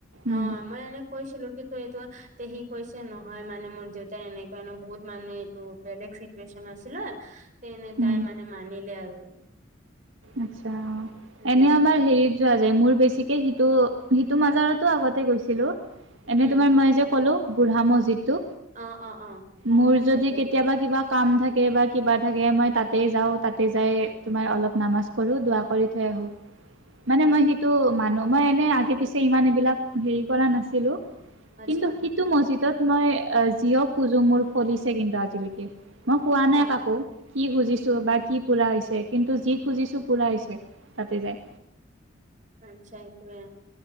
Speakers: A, on the right; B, on the right.
A: অ
B: উম।
A: মই এনেই কৈছিলো কিন্তু এইটো তে সি কৈছে নহয় মানে মোৰ দেউতাই এনেকুৱা বহুত মানে এইটো বেলেগ চিটুৱেচন আছিলে তেনে
B: উম
A: তাই মানে মানিলে আৰু।
B: আচ্ছা,
A: তেনেকুৱা
B: এনে আমাৰ হেৰিত যোৱা যে মোৰ বেছিকে সিটো সিটো মাজাৰত আগতে গৈছিলো। এনেই
A: উম
B: তোমাৰ মই যে ক'লো বুঢ়া মছজিদটো।
A: অ অ অ
B: মোৰ যদি
A: তাতে
B: কেতিয়াবা কিবাক কাম থাকে বা কিবা থাকে মই তাতে যাওঁ তাতে যাই তোমাৰ অলপ নামাজ পঢ়োঁ দুৱ কৰি থৈ আহোঁ। মানে মই সেইটো মানোহ মই এনে আগে পিছে ইমান এইবিলাক হেৰি কৰা নাছিলো।
A: আচ্ছা
B: কিন্তু সিটো মজিদত মই জিয়ক খুজো মোৰ ফলিছে কিন্তু আজিলৈকে। মই কোৱা নাই
A: বা
B: কাকো কি খুজিছো বা কি পুৰা হৈছে কিন্তু যি খুজিছোঁ পুৰা হৈছে তাতে যায়।
A: আচ্ছা এইটোৱে।